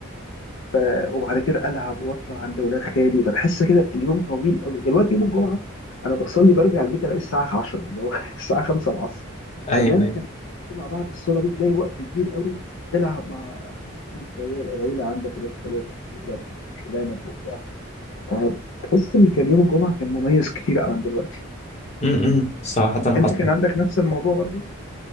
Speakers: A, on the left; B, on the left.
A: ف... وبعد كده العب واطلع عند ولاد خالي فتحس كده اليوم طويل قوي دلوقتي يوم الجمعه انا بصلي برجع البيت الاقي الساعه 10 اللي هو <laughs> الساعه 5 العصر
B: ايوه
A: زمان
B: ايوه
A: كان الجمعه بعد الصلاه دي تلاقي وقت كبير قوي تلعب مع اطفال في العيال- العيله عندك ولاد خالاتك ولاد خلانك وبتاع فتحس ان كان يوم الجمعه كان مميز كتير عن دلوقتي
B: م-م. صراحه
A: انت
B: حصل
A: كان عندك نفس الموضوع برضو